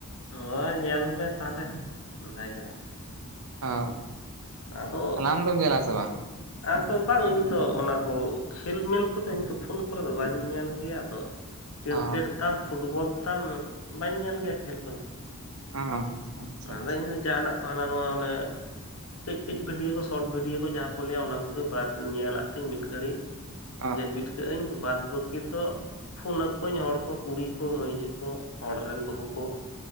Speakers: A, on the left; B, on the right.
A: ᱦᱚᱸ ᱧᱮᱞ ᱢᱮ ᱛᱟᱦᱚᱞᱮ ᱨᱚᱦᱟᱭ ᱠᱮᱫᱟ?
B: ᱦᱚᱸ᱾
A: ᱟᱫᱚ
B: ᱛᱟᱦᱚᱞᱮ ᱟᱢ ᱫᱚᱢ ᱧᱮᱞ ᱟ ᱥᱮ ᱵᱟᱝ?
A: ᱟᱫᱚ ᱵᱟᱝ ᱤᱧ ᱫᱚ ᱚᱱᱟ ᱠᱚ ᱠᱷᱮᱞ ᱢᱤᱞ ᱠᱚᱫᱚ ᱤᱧ ᱫᱚ ᱯᱷᱩᱞ ᱠᱚᱨᱮ ᱫᱚ ᱵᱟᱹᱧ ᱧᱮᱞ ᱜᱮᱭᱟ ᱟᱫᱚ ᱠᱤᱨᱠᱮᱴ
B: ᱚ
A: ᱛᱟᱢ ᱯᱷᱩᱴᱵᱚᱞ ᱛᱟᱢ ᱵᱟᱹᱧ ᱧᱮᱞ ᱜᱮᱭᱟ ᱠᱷᱮᱞ ᱠᱚᱫᱚ᱾
B: ᱚ ᱟᱪᱪᱷᱟ ᱟᱪᱪᱷᱟ
A: ᱟᱫᱚ ᱤᱧ ᱫᱚ ᱡᱟᱦᱟᱸᱱᱟᱜ ᱛᱟᱦᱚᱞᱮ ᱱᱚᱣᱟ ᱚᱱᱮ ᱠᱟᱹᱡ ᱠᱟᱹᱡ ᱵᱷᱤᱰᱭᱳ ᱠᱚ ᱥᱚᱨᱚᱴ ᱵᱷᱤᱰᱭᱳ ᱠᱚ ᱡᱟᱦᱟᱸ ᱠᱚ ᱞᱟᱹᱭᱟ ᱚᱱᱟ ᱠᱚᱜᱮ ᱵᱟᱨ ᱧᱮᱞᱟ᱾ ᱛᱤᱧ ᱢᱤᱫ ᱜᱷᱟᱹᱲᱤᱡ
B: ᱚ
A: ᱡᱟᱹᱯᱤᱫ ᱠᱟᱜ ᱟᱹᱧ ᱵᱟᱫ ᱵᱟᱹᱠᱤ ᱛᱚ ᱯᱷᱱ ᱟᱠᱚᱣᱟᱧ ᱦᱚᱲ ᱠᱚ ᱠᱩᱲᱤ ᱠᱚ ᱢᱟᱹᱭᱡᱩ ᱠᱚ ᱦᱚᱲ ᱨᱮᱱ ᱵᱟᱹᱦᱩ ᱠᱚ᱾